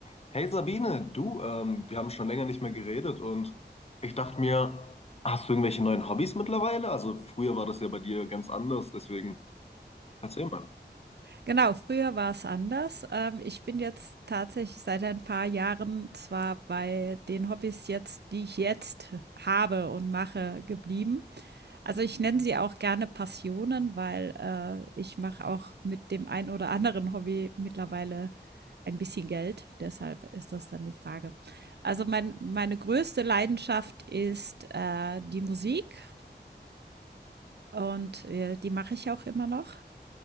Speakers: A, on the left; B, on the right.
A: Hey Sabine, du, ähm, wir haben schon länger nicht mehr geredet und ich dachte mir, hast du irgendwelche neuen Hobbys mittlerweile? Also früher war das ja bei dir ganz anders, deswegen erzähl mal.
B: Genau, früher war es anders. Ähm, ich bin jetzt tatsächlich seit ein paar Jahren zwar bei den Hobbys jetzt, die ich jetzt habe und mache, geblieben. Also ich nenne sie auch gerne Passionen, weil äh, ich mache auch mit dem ein oder anderen Hobby mittlerweile ein bisschen Geld. Deshalb ist das dann die Frage. Also mein, meine größte Leidenschaft ist äh, die Musik und äh, die mache ich auch immer noch.